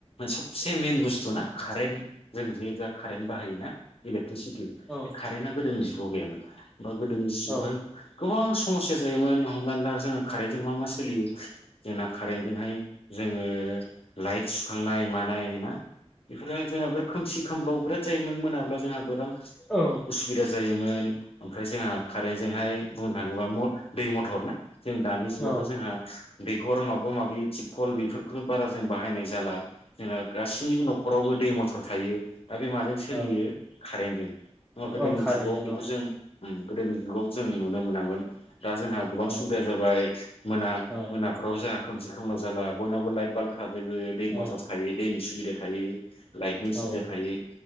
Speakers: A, on the left; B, in the centre.
A: सबसे मएइन बुस्थु ना कारेन्ट जों जे जा कारेन्ट बाहायोना इलेक्ट्रिसिटि
B: औ
A: बे कारेन्टआ गोदोनि जुगाव गैया मोन होमबा गोदोनि जुगाव
B: औ
A: हाय‌ गोबां समस्या जायोमोन हमनानै दा जोङो कारेन्टजों मा मा सोलियो जोंना कारेन्टजोंहाय जोङो लाइट सुखांनाय मानाय ना? बेफोरो जोंना बिराद खोमसि खोमलाव बिराद जायोमोन मोनाब्ला जोंहा बोरां उसुबिदा
B: औ
A: जायोमोन बुंनो थाङोबा, दै मथर ना जों दानि जुगावथ'
B: औ
A: जोंहा दैखर माबा माबि थिपकल बेफोरखौ बारा जों बाहायनाय जाला। जोंना गासैनिबो न'खरावबो दै मथर थायो। दा बे माजों सोलियो
B: औ
A: कारेन्टजों, होनबा गोदोनि
B: ओं कारेन्टजों
A: जुगाव बेखौ जों ओम गोदोनि जुगाव जों नुनो मोनामोन दा जोंहा गोबां
B: औ
A: सुबिदा जाबाय मोना
B: औ
A: मोनाफोराव जोंहा खोमसि खोमलाव जाला बयनावबो लाइट बाल्ब थाजोबो, दै
B: औ
A: मथर थायो, दैनि सुबिदा थायो। लाइटनि
B: औ
A: सिन्था थायो